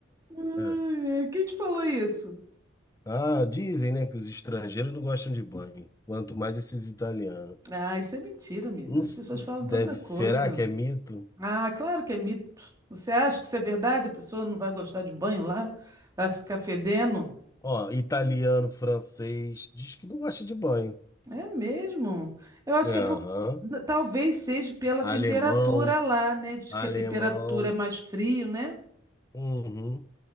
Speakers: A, on the right; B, on the left.
A: Ai,
B: É.
A: ai. Quem te falou isso?
B: Ah, dizem, né, que os estrangeiros não gostam de banho, quanto mais esses italianos.
A: Ah, isso é mentira, amiga.
B: Não s-
A: As pessoas falam
B: deve,
A: tanta coisa.
B: será que é mito?
A: Ah, claro que é mito. Você acha que isso é verdade? A pessoa não vai gostar de banho lá? Vai ficar fedendo?
B: Ó, italiano, francês, diz que não gosta de banho.
A: É mesmo. Eu acho
B: Aham.
A: que é por. n- Talvez seja pela
B: Alemão,
A: temperatura lá, né? Diz
B: alemão.
A: que a temperatura é mais frio, né?
B: Uhum.